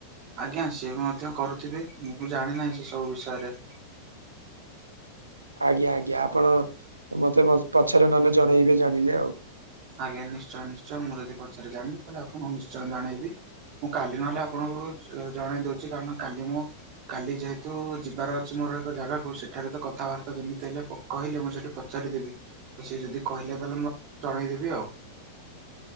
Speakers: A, on the right; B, on the right.
A: ଆଜ୍ଞା ସିଏ ବି ମଧ୍ୟ କରୁଥିବେ ମୁଁ ବି ଜାଣିନାହିଁ ସେ ସବୁ ବିଷୟରେ।
B: ଆଜ୍ଞା ଆଜ୍ଞା ଆପଣ ମତେ ପଛରେ ନହେଲେ ଜଣେଇବେ ଜାଣିଲେ ଆଉ।
A: ଆଜ୍ଞା ନିଶ୍ଚୟ ନିଶ୍ଚୟ ମୁଁ ଯଦି ପଛରେ ଜାଣିଲି ତାହେଲେ ଆପଣଙ୍କୁ ନିଶ୍ଚୟ ଜଣେଇିବି। ମୁଁ କାଲି ନହେଲେ ଆପଣଙ୍କୁ ଜଣେଇ ଦଉଛି କାରଣ କାଲି ମୁଁ କାଲି ଯେହେତୁ ଯିବାର ଅଛି ମୋର ଏକ ଜାଗାକୁ ସେଠାରେ ତ କଥାବାର୍ତ୍ତା ଯେମିତି ହେଲେ କହିଲେ ମୁଁ ସେଠି ପଚାରିଦେବି ସେଏ ଯଦି କହିଲେ ତାହେଲେ ମୁଁ ଜଣେଇଦେବି ଆଉ।